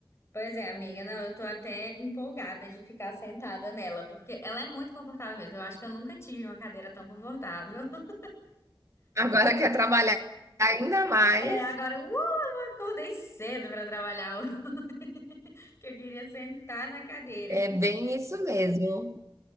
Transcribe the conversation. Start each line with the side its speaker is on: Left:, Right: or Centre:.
Left: Pois é, amiga, não, eu tô até empolgada de ficar sentada nela, porque ela é muito confortável mesmo. Eu acho que eu nunca tive uma cadeira tão confortável. <laughs>
Right: Agora quer trabalhar ainda mais.
Left: É, agora, uh, acordei cedo pra trabalhar, hoje, <laughs> que eu queria sentar na cadeira.
Right: É bem isso mesmo.